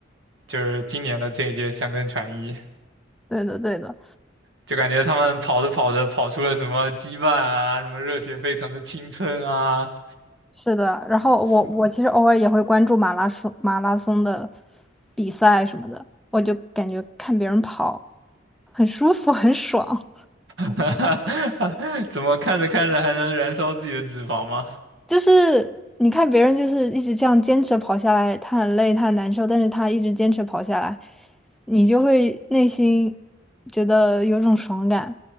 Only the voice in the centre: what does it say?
对的，对的。
是的，然后我我其实偶尔也会关注马拉松马拉松的
比赛什么的，我就感觉看别人跑很舒服，很爽。
就是你看别人就是一直这样坚持跑下来，他很累，他很难受，但是他一直坚持跑下来，你就会内心觉得有种爽感。